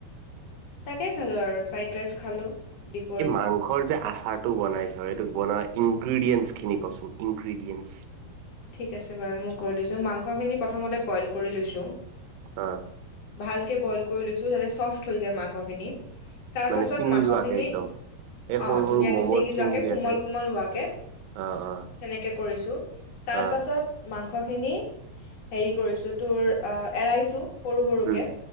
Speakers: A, on the left; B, on the right.
A: তাকে খালোঁ আৰু ফ্ৰাইড ৰাইচ খালোঁ, দিপ
B: এই মাংসৰ যে আচাৰ টো বনাইছ এইটো বনোৱা ইনগ্ৰিডিয়েঞ্চখিনি কচোন, ইনগ্ৰিডিয়েঞ্চ।
A: ঠিক আছে বাৰু মই কৈ দিছোঁ, মাংসখিনি প্ৰথমতে বইল কৰি লৈছোঁ
B: অ'।
A: ভালকে বইল কৰি লৈছোঁ যাতে চফ্ট হৈ যায় মাংসখিনি। তাৰপাছত
B: মানে ছিঙি
A: মাংসখিনি
B: যোৱাকে একদম এই সৰু
A: অ' ধুনীয়াকে
B: সৰু মম'ত
A: ছিঙি যোৱাকে,
B: দিয়াকে
A: কোমল কোমল হোৱাকে
B: অ অ
A: সেনেকে কৰিছো, তাৰ
B: অ
A: পাছত। মাংসখিনি হেৰি কৰিছো, তোৰ এৰাইছো। সৰু সৰুকে,
B: উম